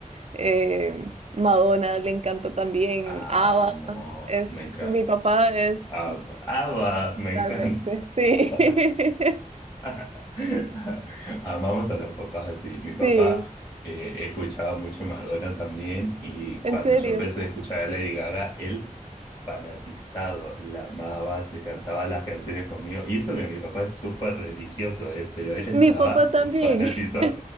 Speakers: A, on the right (about 50°); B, on the left (about 30°).
A: eh, Madonna, le encanta también
B: amo,
A: ABBA. Es,
B: me encanta.
A: mi papá es
B: Amo, ama, me
A: Realmente,
B: encanta.
A: sí.
B: <laughs>
A: <laughs>
B: <laughs> Amamos a los papás así. Mi papá
A: Sí,
B: eh, escuchaba mucho Madonna también y
A: en
B: cuando
A: serio.
B: yo empecé a escuchar a Lady Gaga, él fanatizado, la amaba, se cantaba las canciones conmigo. Y eso que mi papá es súper religioso, eh, pero él estaba
A: Mi papá también.
B: fanatizado.
A: <laughs>